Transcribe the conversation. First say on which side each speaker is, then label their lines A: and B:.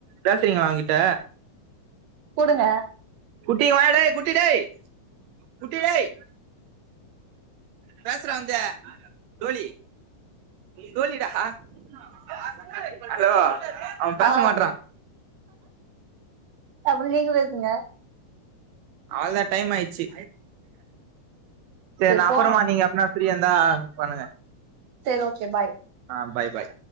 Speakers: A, on the right; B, on the right.
A: பேசுறீங்களா அவங்கிட்ட
B: குடுங்க
A: குட்டி வாயாடா டேய் குட்டி டேய் குட்டி டேய் பேசறா வந்து டோலி டோலிடா ஹலோ அவன் பேச
B: ஆ
A: மாட்றான்
B: அப்ப நீங்க பேசுங்க
A: அவ்ளதா டைம் ஆயிச்சு செரி
B: சரி
A: ந
B: போலாம்
A: அப்பறமா நீங்க அப்னா ஃப்ரீயா இருந்தா பண்ணுங்க
B: செரி ஓகே பாய்
A: ஆ பாய் பாய்